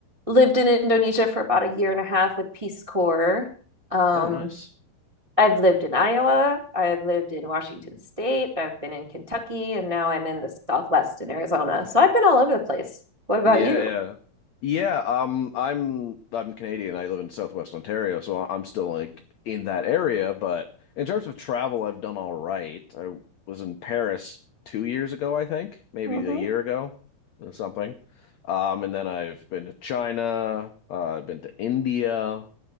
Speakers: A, on the right; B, on the left.
A: lived in Indonesia for about a year and a half with Peace Corps. Um,
B: Oh, nice.
A: I've lived in Iowa, I've lived in Washington State, I've been in Kentucky, and now I'm in the Southwest in Arizona. So I've been all over the place. What about
B: Yeah,
A: you?
B: yeah. Yeah, um, I'm I'm Canadian. I live in Southwest Ontario, so I- I'm still like in that area, but in terms of travel, I've done all right. I was in Paris two years ago, I think, maybe
A: Mm-hmm.
B: a year ago or something. Um, and then I've been to China, uh, I've been to India,